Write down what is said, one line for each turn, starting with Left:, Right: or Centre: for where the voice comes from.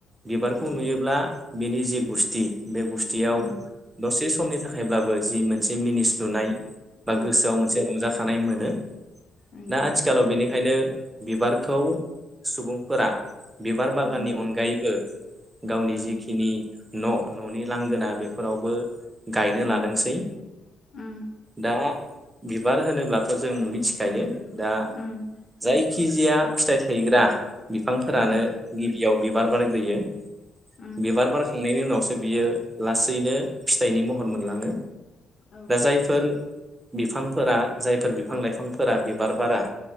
Right: बिबारखौ
Left: औ
Right: नुयोब्ला बिनि जि गुस्थि बे गुस्थियाव
Left: उम
Right: दसे समनि थाखायब्लाबो जि मोनसे मिनिस्लुनाय बा
Left: औ
Right: गोसोआव मोनसे रंजाखानाय मोनो
Left: नंगौ
Right: दा आथिखालाव बेनि बेखायनो बिबारखौ सुबुंफोरा बिबार बागाननि
Left: उम
Right: अनगायैबो गावनि
Left: उम
Right: जिखिनि न' न'नि लांगोना बेफोरावबो गायनो
Left: उम
Right: लादोंसै।
Left: उम
Right: दा बिबार होनोब्लाथ' जों मिथिखायो दा
Left: उम
Right: जायखि जीया फिथाइ थायग्रा बिफांफोरानो
Left: उम
Right: गिबियाव बिबार बारग्रोयो।
Left: उम
Right: बिबार बारखांनायनि उनावसो बियो लासैनो फिथाइनि महर मोनलायो
Left: औ
Right: जायफोर बिफां फोरा जायफोर बिफां लाइफांफोरा बिबार बारा